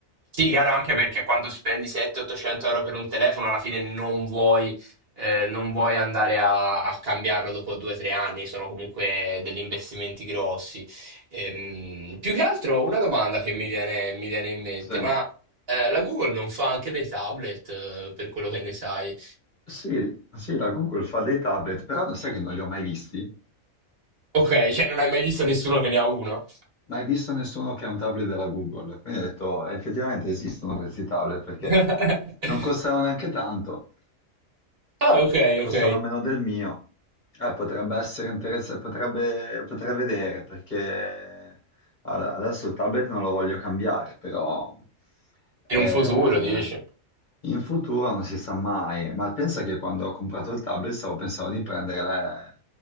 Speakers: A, on the right; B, on the left.
A: Sì, chiaro, anche perché quando spendi 700-800 euro per un telefono, alla fine non vuoi, eh, non vuoi andare a, a cambiarlo dopo due o tre anni, sono comunque degli investimenti grossi. Ehm, più che altro una domanda che mi viene, mi viene in mente,
B: Sì.
A: ma eh, la Google non fa anche dei tablet, eh, per quello che ne sai?
B: Sì, sì, la Google fa dei tablet, però sai che non li ho mai visti?
A: Ok, cioè non hai mai visto nessuno che ne ha uno?
B: Mai visto nessuno che ha un tablet della Google. Quindi ho detto, "Oh, effettivamente esistono questi tablet perché
A: <laughs>
B: non costano neanche tanto.
A: Ah, ok,
B: costano
A: ok.
B: meno del mio. Eh, potrebbe essere interessante, potrebbe, potrei vedere perché allora, adesso il tablet non lo voglio cambiare, però
A: In
B: eh,
A: un
B: eh,
A: futuro, dici.
B: in futuro non si sa mai. Ma pensa che quando ho comprato il tablet stavo pensando di prendere la-